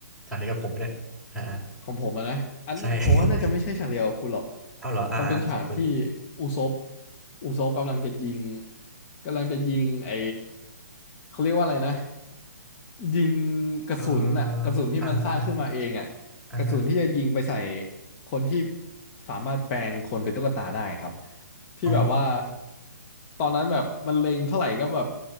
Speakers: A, in the centre; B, on the left.
A: ฉากนี้กับผมเนี่ยอ่าอ่า
B: ของผมอะนะอันผมว่าน่าจะไม่ใช่ฉากเดียวกับคุณหรอก
A: ใช่ <laughs> เอาเหรออ่าอ่าฉากคุณ
B: มันเป็นฉากที่อุซบอุซบกำลังจะยิงกำลังจะยิงไอเขาเรียกว่าอะไรนะยิงกระสุนน่ะกระสุนที่มันสร้างขึ้นมาเองอ่ะ
A: เอออ่าอ่าอ่าฮะ
B: กระสุนที่จะยิงไปใส่คนที่สามารถแปลงคนเป็นตุ๊กตาได้ครับที่แบบว่า
A: อ๋อ
B: ตอนนั้นแบบมันเล็งเท่าไหร่ก็แบบ